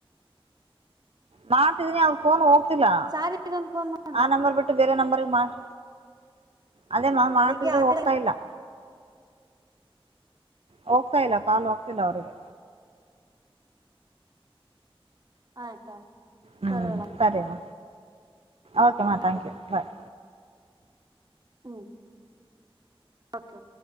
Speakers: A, on the right; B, on the right.
A: ಮಾಡತೀದಿನಿ ಅವಗ ಫೋನ್ ಹೋಗತ್ತಿಲ್ಲಾ
B: ಸಾರಿಗೊಂದ್ ಫೋನ್ ಮಾಡ್ಬೇಕು
A: ಆ ನಂಬರ್ ಬಿಟ್ಟು ಬೇರೆ ನಂಬರ್ ಗೆ ಮಾಡ್ ಅದೇ ಮಾ ಮಾಡ್ತಿದ್ರ
B: ಬೆಳಿಗ್ಗೆ ಆತ
A: ಹೋಗ್ತಾ ಇಲ್ಲಾ ಹೋಗ್ತಾ ಇಲ್ಲಾ ಕಾಲ್ ಹೋಗ್ತಿಲ್ಲ ಅವ್ರರಿಗೆ
B: ಆಯ್ತಾಯ್ತು
A: ಹ್ಮ್
B: ಸರಿ <unintelligible>
A: ಸರಿಮ್ಮ ಓಕೆಮ್ಮ ಥಾಂಕ್
B: ಅಕ್ಕ
A: ಯು ಬಾಯ್
B: ಹುಂ ಓಕೆ